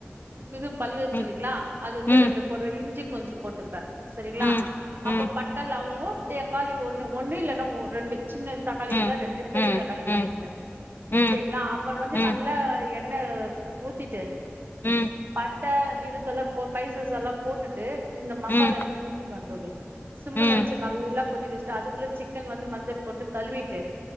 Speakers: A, on the right (about 50°); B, on the left (about 50°).
A: இது பல்லு இருக்குல்லிங்களா
B: ம்
A: அது வந்து
B: ம்
A: ரெண்டு போடுவ இஞ்சி கொஞ்ச போட்டுப்ப சரிங்களா
B: ம் ம்
A: அப்ப பட்ட லவங்கோ தேக்காளி ஒண்ணு ஒண்ணு இல்லன்னா ரெண்டு சின்ன தக்காளின்னா
B: ம்
A: ரெண்டு பெரிய
B: ம்
A: தக்காளின்னா
B: ம்
A: ஒன்னு
B: ம்
A: ஓகேங்களா அப்பறோ வந்து
B: ம்
A: நல்லா எண்ணல் ஊத்திட்டு
B: ம்
A: பட் ட இதுக்கெல்லா போ பைசஸ் எல்லா போட்டுட்டு இந்த மசாலா
B: ம்
A: எத்து ஊத்திடுவ தோழி சிம்முல
B: ம் ம்
A: வச்சு நல்லா கொதிக்க ச்ச அதுக்குள்ள சிக்கன் வந்து மஞ்சள் போட்டு கழுவிட்டு